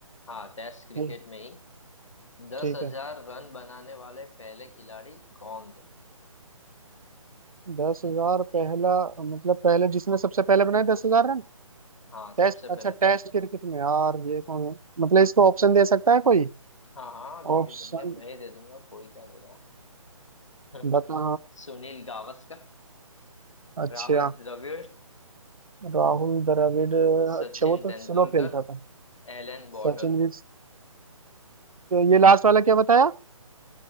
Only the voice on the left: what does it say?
हाँ टेस्ट क्रिकेट
में ही दस
हजार
रन बनाने वाले पहले खिलाड़ी कौन थे
हाँ
सबसे
पहले
हाँ हाँ दे
देंगे मैं ही दे दूंगा कोई क्या देगा <laughs>
Sunil Gavaskar
Rahul Dravid
Sachin
Tendulkar
Allan Border